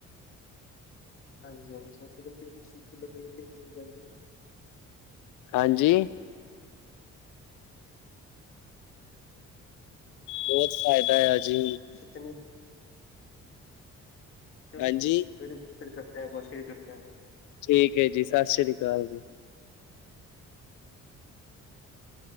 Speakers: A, on the left (about 45°); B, on the left (about 80°).
A: ਹਾਂਜੀ, ਹਾਂਜੀ ਸਭ ਤੋਂ ਵਧੀਆ ਤੁਸੀਂ <unintelligible>
B: ਹਾਂਜੀ। ਬਹੁਤ ਫ਼ਾਇਦਾ ਆ ਜੀ।
A: ਚਲੋ। ਚਲੋ
B: ਹਾਂਜੀ
A: ਫਿਰ- ਫਿਰ ਕਰਤੇ <unintelligible>
B: ਠੀਕ ਹੈ ਜੀ ਸਤਿ ਸ੍ਰੀ ਅਕਾਲ ਜੀ।